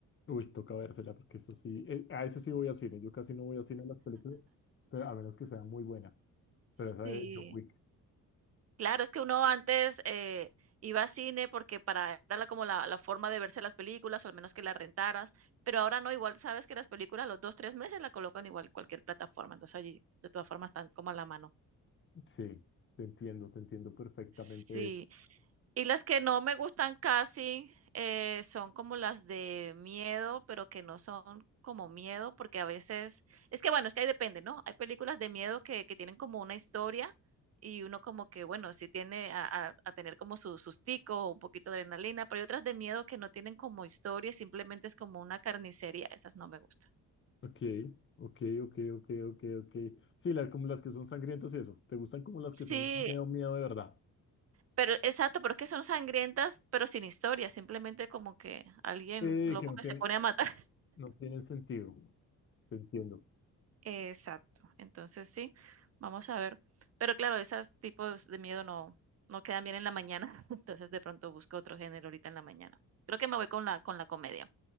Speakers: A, on the left; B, on the right.
A: Uy, toca vérsela, porque eso sí. eh, a ese sí voy a cine. Yo casi no voy a cine a las películas, pero a menos que sea muy buena.
B: Sí.
A: Pero esa de John Wick.
B: Claro, es que uno antes, eh, iba a cine porque para era la como la la forma de verse las películas, o al menos que las rentaras, pero ahora no, igual sabes que las películas a los 2 3 meses la colocan igual en cualquier plataforma, entonces allí de todas formas están como a la mano.
A: Sí, te entiendo, te entiendo perfectamente.
B: Sí. Y las que no me gustan casi, eh, son como las de miedo, pero que no son como miedo, porque a veces, es que bueno, es que ahí depende, ¿no? Hay películas de miedo que, que tienen como una historia y uno como que, bueno, sí tiene a, a- a tener como su sustico, un poquito de adrenalina, pero hay otras de miedo que no tienen como historia, simplemente es como una carnicería, esas no me gustan.
A: Ok, ok, ok, ok, ok, ok. Sí, la- como las que son sangrientas y eso. ¿Te gustan como las
B: Sí,
A: que son miedo, miedo de verdad?
B: pero exacto, pero es que son sangrientas, pero sin historia, simplemente como que alguien
A: Eh,
B: loco
A: que no
B: que
A: tienen,
B: se pone a matar.
A: no tienen sentido. Te entiendo.
B: Exacto. Entonces sí, vamos a ver. Pero claro, esos tipos de miedo no, no quedan bien en la mañana, <laughs> entonces de pronto busco otro género ahorita en la mañana. Creo que me voy con la, con la comedia